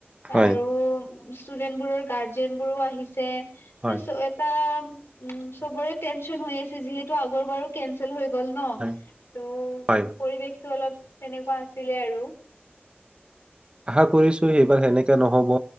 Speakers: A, on the right; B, on the left.
A: হয়
B: আৰু। ষ্টুডেন্ট বোৰৰ গাৰ্জেন বোৰো আহিছে।
A: হয়
B: <unintelligible> এটা। উম, চবৰে টেনচন হৈ আছে। যিহেতু আগৰ বাৰ কে হৈ গ'ল ত'
A: হয় হয়
B: পৰিৱেশতটো অলপ! তেনেকুৱা আছিলে আৰু
A: আশা কৰিছো এইবাৰ সেনেকে নহব